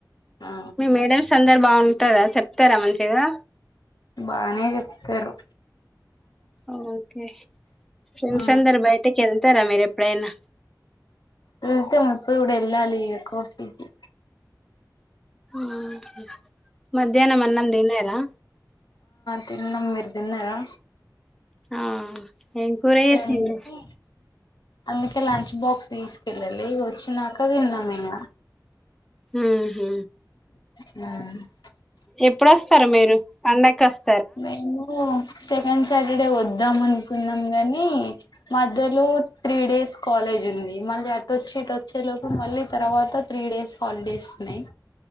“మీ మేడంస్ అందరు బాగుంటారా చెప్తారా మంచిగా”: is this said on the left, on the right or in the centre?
Centre